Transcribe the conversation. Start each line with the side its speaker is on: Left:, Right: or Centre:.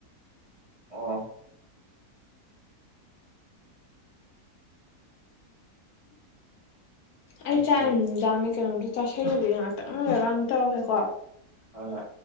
Right: ꯑꯣ
Left: ꯑꯩ
Right: ꯑꯗꯨ
Left: ꯆꯥꯛ‌
Right: ꯍꯣꯏ
Left: ꯌꯥꯝ ꯂꯥꯝꯃ‌ꯦ ꯀꯩꯅꯣꯝꯗ ꯆꯥꯥꯁꯜꯂꯨꯒ‌ꯦ ꯉꯥꯛꯇꯪ ꯂꯩꯔꯒ ꯑꯃꯨꯛ ꯇꯧꯔꯛꯀ‌ꯦꯀꯣ꯫
Right: ꯑꯗꯨꯒ